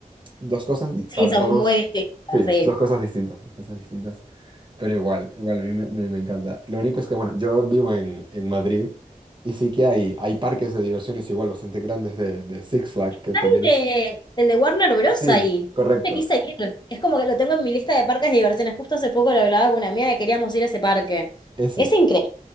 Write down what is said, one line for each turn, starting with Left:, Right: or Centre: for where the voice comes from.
Right: dos cosas, di- o
Left: Sí,
Right: sea, dos,
Left: son muy distintas,
Right: sí, es
Left: sí.
Right: dos cosas distintas, dos cosas distintas, pero igual, igual a mí me, me- me encanta. Lo único es que, bueno, yo vivo en, en Madrid y sí que hay, hay parques de diversiones igual bastante grandes de, de Six Flags, que
Left: El
Right: también es...
Left: de, el de Warner Bros.
Right: Sí,
Left: ahí.
Right: correcto,
Left: Me quise ir. Es como que lo tengo en mi lista de parques de diversiones. Justo hace poco lo hablaba con una amiga que queríamos ir a ese parque.
Right: ese.
Left: Es increíble